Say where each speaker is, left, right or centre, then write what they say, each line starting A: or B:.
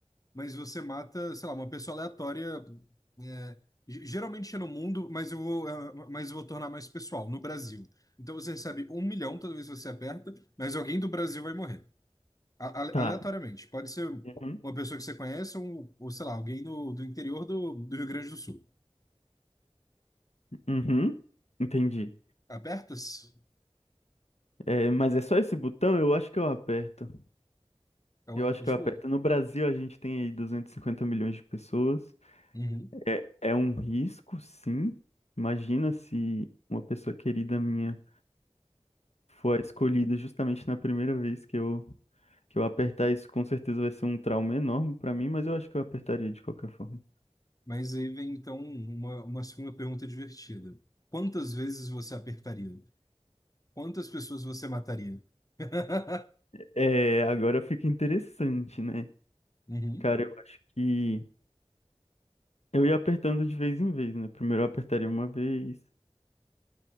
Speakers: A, on the left; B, on the left.
A: Mas você mata, sei lá, uma pessoa aleatória, é, ge- geralmente é no mundo, mas eu vou, é, mas eu vou tornar mais pessoal, no Brasil. Então você recebe um milhão toda vez que você aperta, mas alguém do Brasil vai morrer. A- ale-
B: tá.
A: Aleatoriamente. Pode ser
B: Uhum,
A: uma pessoa que você conhece ou, ou sei lá, alguém no, do interior do, do Rio Grande do Sul.
B: uhum, entendi.
A: Apertas?
B: É, mas é só esse botão? Eu acho que eu aperto.
A: Eu-
B: Eu
A: eu,
B: acho
A: Tipo,
B: que eu aperto. No Brasil, a gente tem aí 250 milhões de pessoas.
A: uhum.
B: É, é um risco, sim. Imagina se uma pessoa querida minha for a escolhida justamente na primeira vez que eu, que eu apertar isso, com certeza vai ser um trauma enorme pra mim, mas eu acho que eu apertaria de qualquer forma.
A: Mas aí vem então uma, uma segunda pergunta divertida. Quantas vezes você apertaria? Quantas pessoas você mataria? <laughs>
B: É, agora fica interessante, né?
A: Uhum,
B: Cara, eu acho que. Eu ia apertando de vez em vez, né? Primeiro eu apertaria uma vez